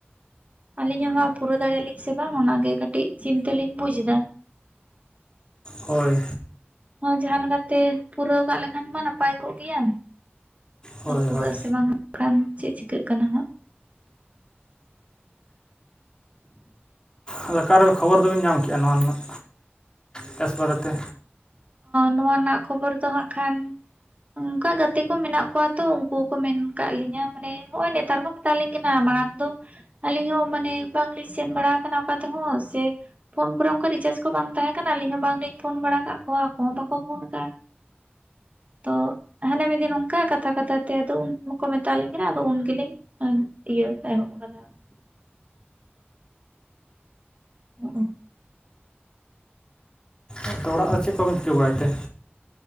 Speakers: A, on the right; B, on the left.
A: ᱟᱹᱞᱤᱧ ᱦᱚᱸ ᱦᱟᱸ ᱯᱩᱨᱟᱹᱣ ᱫᱟᱲᱮᱭᱟᱞᱤᱧ ᱥᱮ ᱵᱟᱝ ᱚᱱᱟ ᱜᱮ ᱠᱟᱹᱴᱤᱡ ᱪᱤᱱᱛᱟᱹ ᱞᱤᱧ ᱵᱩᱡ ᱫᱟ᱾
B: ᱦᱳᱭ᱾
A: ᱦᱚᱸ ᱡᱟᱦᱟᱸ ᱞᱮᱠᱟᱛᱮ ᱯᱩᱨᱟᱹᱣ ᱠᱟᱜ ᱞᱮᱠᱷᱟᱱ ᱢᱟ ᱱᱟᱯᱟᱭ ᱠᱚᱜ ᱜᱮᱭᱟ᱾
B: ᱦᱳᱭ
A: ᱫᱚ ᱯᱩᱨᱟᱹᱜ
B: ᱦᱳᱭ
A: ᱟᱥᱮ ᱵᱟᱝ ᱪᱮᱫ ᱪᱤᱠᱟᱹᱜ ᱠᱟᱱᱟ ᱱᱟᱜ᱾
B: ᱟᱫᱚ ᱚᱠᱟᱨᱮ ᱠᱷᱚᱵᱚᱨ ᱫᱚᱵᱮᱱ ᱧᱟᱢ ᱠᱮᱜᱼᱟ ᱱᱚᱣᱟ ᱨᱮ ᱱᱟᱜ, ᱴᱟᱥ ᱵᱟᱨᱮᱛᱮ?
A: ᱱᱚᱣᱟ ᱨᱮᱱᱟᱜ ᱠᱷᱚᱵᱚᱨ ᱫᱚ ᱦᱟᱜ ᱠᱷᱟᱱ ᱚᱱᱠᱟ ᱜᱟᱛᱮ ᱠᱚ ᱢᱮᱱᱟᱜ ᱠᱚᱣᱟ ᱛᱚ ᱩᱱᱠᱩ ᱠᱚ ᱢᱮᱱ ᱠᱟᱜ ᱞᱤᱧᱟᱹ ᱢᱟᱱᱮ ᱦᱚᱜᱼᱚᱭ ᱱᱮᱛᱟᱨ ᱠᱚ ᱢᱮᱛᱟᱞᱤᱧ ᱠᱟᱱᱟ ᱢᱟᱲᱟᱝ ᱫᱚ ᱟᱹᱞᱤᱧ ᱦᱚᱸ ᱢᱟᱱᱮ ᱵᱟᱝᱞᱤᱧ ᱥᱮᱱ ᱵᱟᱲᱟ ᱟᱠᱟᱱᱟ ᱚᱠᱟ ᱛᱮᱦᱚᱸ ᱥᱮ ᱯᱷᱳᱱ ᱠᱚᱨᱮ ᱚᱱᱠᱟ ᱨᱤᱪᱨᱡᱽ ᱠᱚ ᱵᱟᱝ ᱛᱟᱦᱮᱸ ᱠᱟᱱᱟ ᱵᱟᱝᱞᱤᱧ ᱯᱷᱳᱱ ᱵᱟᱲᱟ ᱠᱟᱜᱼᱟ ᱠᱚᱣᱟ ᱠᱚ ᱵᱟᱠᱚ ᱯᱷᱳᱱ ᱠᱟ ᱛᱚ᱾ ᱦᱟᱱᱮ ᱢᱤᱫ ᱫᱤᱱ ᱱᱚᱝᱠᱟ ᱠᱟᱛᱷᱟ ᱠᱟᱛᱷᱟ ᱛᱮ ᱟᱫᱚ ᱩᱱᱠᱩ ᱠᱚ ᱢᱮᱛᱟ ᱞᱤᱧ ᱠᱟᱱᱟ ᱟᱫᱚ ᱩᱱ ᱜᱮᱞᱤᱧ ᱟᱨ ᱫᱤᱭᱮ ᱮᱦᱚᱵ ᱠᱟᱫᱟ᱾ <unintelligible>
B: ᱟᱫᱚ ᱚᱲᱟᱜ ᱫᱚ ᱪᱮᱫ ᱠᱚᱵᱮᱱ ᱪᱤᱠᱟᱹ ᱵᱟᱲᱟᱭ ᱛᱮ?